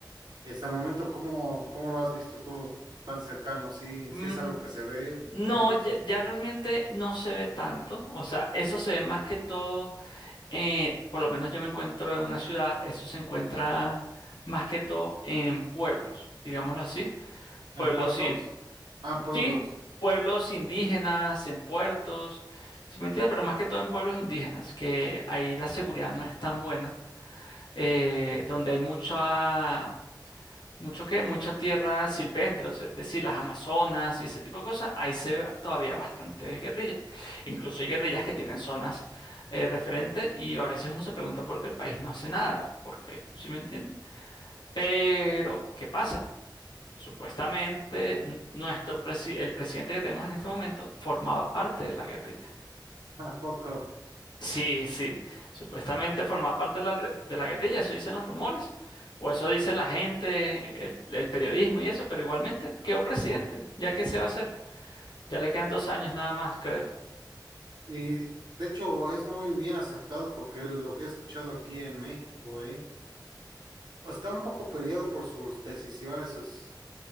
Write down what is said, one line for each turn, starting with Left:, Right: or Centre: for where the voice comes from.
Right: hasta el momento cómo, cómo lo has visto tú tan cercano. Sí,
Left: mm,
Right: sí es algo que se ve
Left: No,
Right: muy
Left: ya,
Right: en,
Left: ya realmente no se ve tanto. O sea, eso se ve más que todo, eh, por lo menos yo me encuentro en una ciudad, eso se encuentra más que todo en pueblos, digámoslo así. Pueblos
Right: en puertos.
Left: sin,
Right: Ah, en pueblos.
Left: sí, pueblos indígenas, en puertos, Sí, me entiendes? Pero más que todo en pueblos indígenas, que ahí la seguridad no es tan buena, eh, donde hay mucha mucho que, mucha tierra silvestre, o sea, es decir, las Amazonas y ese tipo de cosas, ahí se ve todavía bastante guerrilla. Incluso hay guerrillas que tienen zonas eh, referentes y a veces uno se pregunta por qué el país no hace nada, porque, ¿sí me entiende? Pero, ¿qué pasa? Supuestamente n- nuestro presi- el presidente que tenemos en este momento formaba parte de la guerrilla.
Right: <laughs> ¿A poco?
Left: Sí, sí. Supuestamente formaba parte de la, re- de la guerrilla, eso dicen los rumores. O eso dice la gente, el, el periodismo y eso, pero igualmente quedó presidente. ¿Ya qué se va a hacer? Ya le quedan dos años nada más, creo.
Right: Y de hecho es muy bien aceptado porque lo que he escuchado aquí en México, eh, pues, está un poco peleado por sus decisiones, sus-